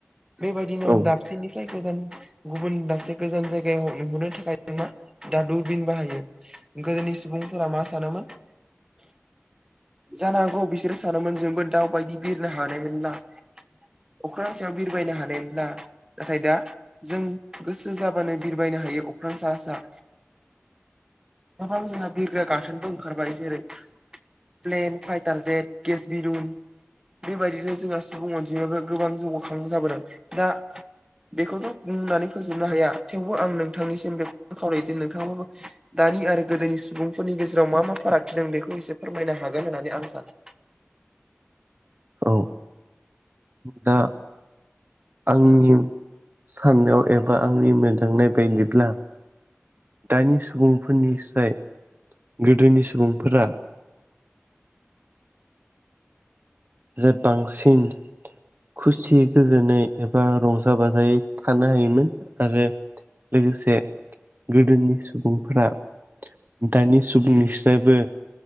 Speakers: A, on the right; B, on the right.
A: बेबायदिनो दा
B: औ
A: दाबसेनिफ्राय गोजान गुबुन दानसे गोजान जायगायाव नुहरनो थाखाय जों मा दा दुरबिन बाहायो गोदोनि सुबुंफोरा मा सानोमोन। जानो हागौ बिसोरो सानोमोन जोंबो दाउ बायदि बिरनो हानायमोन ना अख्रां सायाव बिरबायनो हानायब्ला नाथाय दा जों गोसो जाबानो बिरबायनो हायो अख्रां सा सा गोबां जोंहा बिग्रा गाथोनबो ओंखारबाय जेरै प्लेन फाइटार जेट केस बि रल बेबायदिनो जोंहा सुबुं अनजिमायो गोबां जौगाखां जाबोदों दा बेखौथ' बुंनानै फोजोबनो हाया थेवबो आं नोंथांनिसिम बेखौ खावलायदो नोंथांङाबो दानि आरो गोदोनि सुबुंफोरनि गेजेराव मा मा फारागथि द बेखौ एसे फोरमायनो हागोन होननानै आं सानो
B: औ दा आंनि साननायाव एबा आंनि मदांनाय बायदिब्ला दानि सुबुंफोरनिफ्राय गोदोनि सुबुंफोरा जे बांसिन खुसियै गोजोनै एबा रंजा बाजायै थानो हायोमोन आरो। लोगोसे गोदोनि सुबुंफोरा दानि सुबुंनिफ्रायबो